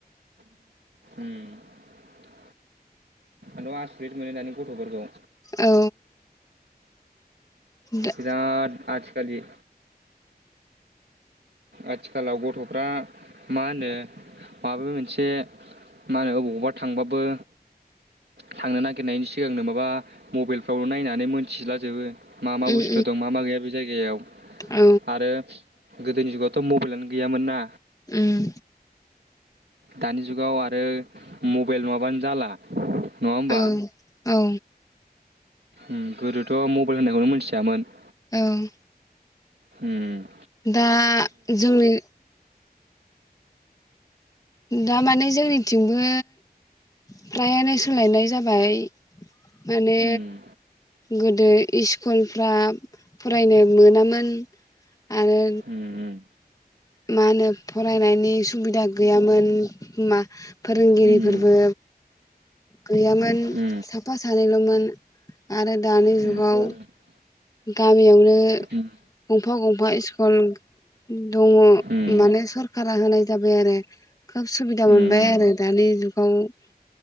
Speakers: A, on the right (about 85°); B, on the left (about 20°).
A: हम। आंथ' आसरित मोनो दानि गथ'फोरखौ
B: औ। दा
A: बिराद आजि जिकालि आथिखालाव गथ'फ्रा मा होनो माबा मोनसे मा होनो अबावबा थांबाबो थांनो नागिरनायनि सिगांनो माबा मबाइलफ्राव नायनानै मोनथिलाजोबो । मा
B: उम
A: मा बुस्थु दं मा मा गैया बे जायगायाव
B: उम औ
A: आरो गोदोनि जुगावथ' मबाइलानो गैयामोन ना।
B: उम
A: दानि जुगाव आरो मबाइल नङाबानो जाला। नङा होमबा
B: औ औ।
A: उम गोदोथ' मबाइल होनायखौनो मिथियामोन।
B: औ।
A: हम।
B: दा जोंनि दामाने जोंनिथिंबो फ्रायानो सोलायनाय जाबाय। माने
A: उम
B: गोद दो इसकुलफ्रा फरायनो मोनामोन आरो
A: उम
B: मा होनो फरायनायनि सुबिदा गैयामोन मा। फोरोंगिरिफोरबो
A: उम
B: गैयामोन
A: उम
B: साफा सानैल'मोन आरो दानि
A: बेनोथ'
B: जुगाव
A: आरो
B: गामियावनो
A: उम
B: गंफां गं फा स्कुल दङ
A: उम
B: माने सरखारा होनाय जाबाय आरो। खोब सुबिदा
A: उम
B: मोनबाय आरो दानि <unintelligible>